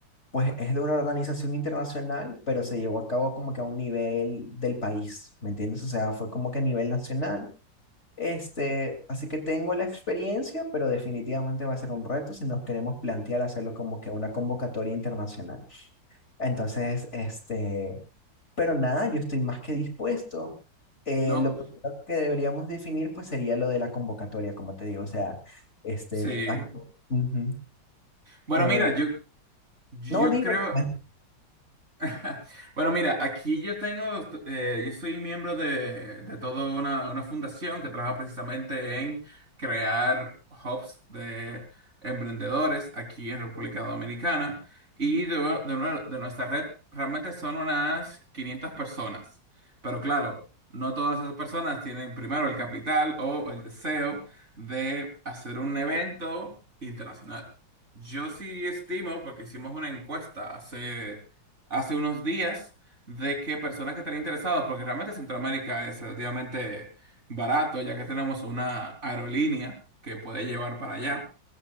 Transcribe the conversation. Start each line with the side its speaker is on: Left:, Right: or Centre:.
Left: pues es de una organización internacional, pero se llevó a cabo como que a un nivel del país, ¿me entiendes? O sea, fue como que a nivel nacional. Este, así que tengo la experiencia, pero definitivamente va a ser un reto si nos queremos plantear hacerlo como que una convocatoria internacional. Entonces, este... Pero nada, yo estoy más que dispuesto. Eh,
Right: No,
Left: lo primero que deberíamos definir pues sería lo de la convocatoria, como te digo, o sea, este...
Right: sí.
Left: ac- Ujú.
Right: Bueno,
Left: Eh,
Right: mira, yo, yo
Left: no, dime.
Right: creo.
Left: pues.
Right: <laughs> Bueno, mira, aquí yo tengo, eh, yo soy miembro de, de toda una, una fundación que trabaja precisamente en crear hubs de emprendedores aquí en República Dominicana y de, de nue- de nuestra red realmente son unas 500 personas. Pero claro, no todas esas personas tienen primero el capital o el deseo de hacer un evento internacional. Yo sí estimo, porque hicimos una encuesta hace hace unos días de que personas que están interesados, porque realmente Centroamérica es relativamente barato, ya que tenemos una aerolínea que puede llevar para allá,